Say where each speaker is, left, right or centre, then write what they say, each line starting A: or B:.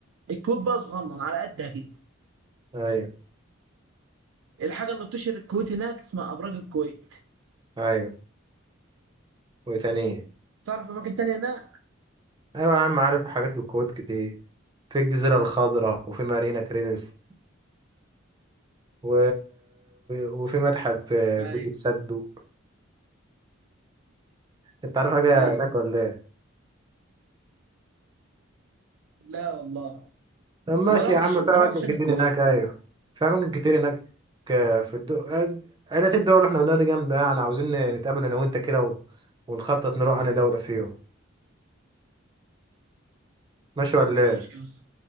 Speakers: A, on the right; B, on the right.
A: الكويت بقى صغنن على قدها كده
B: أيوة
A: الحاجة اللي بتشهر الكويت هناك اسمها أبراج الكويت
B: أيوة وتانية
A: تعرف أماكن تانية هناك؟
B: أيوة يا عم عارف حاجات في الكويت كتير في الجزيرة الخضراء وفي مارينا كرينس و... وفي متحف آه،
A: أي
B: بيت السدو أنت عارف حاجة
A: أي
B: هناك ولا إيه؟
A: لا والله
B: طب ماشي
A: ما رحتش
B: يا عم
A: ما
B: في أماكن
A: رحتش أنا
B: كتير
A: الكويت
B: هناك أيوة في أماكن كتير هناك آه، في الدو عائلات الدول اللي إحنا قلناها دي جامدة يعني عاوزين نتقابل أنا وأنت كده و... ونخطط نروح أنا دولة فيهم ماشي ولا
A: ماشي
B: إيه؟
A: يا أسطى